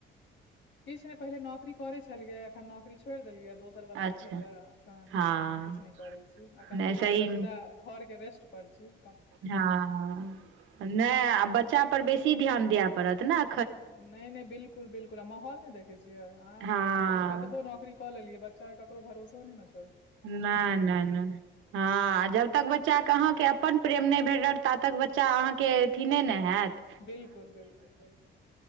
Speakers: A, on the left (about 65°); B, on the right (about 80°).
A: किछ नै पहिले नौकरी करै छलियैया अखन नौकरी छोड़ि दिलियैया दोस दोसर बच्चा
B: अच्छा
A: भेला अखन
B: हँ
A: हाँ किछ नै करै छी अखन
B: नहि
A: फिलहाल
B: सही
A: पूरा घर के रेस्ट परची
B: हँ नै आ बच्चा पर बेसी ध्यान दिअ पड़त न
A: नै नै बिल्कुल बिल्कुल आ माहौल नै देखै छियै अ
B: हँ
A: की कहै छै कतबो नौकरी कऽ लेलियै बच्चा केकरो भरोसो नै न छो
B: ना ना ना हँ आ जब तक बच्च अहाँके अपन प्रेम नै भेटत ता तक बच्चा अहाँके अथी नै ने हयत
A: बिल्कुल बिल्कुल बिल्कुल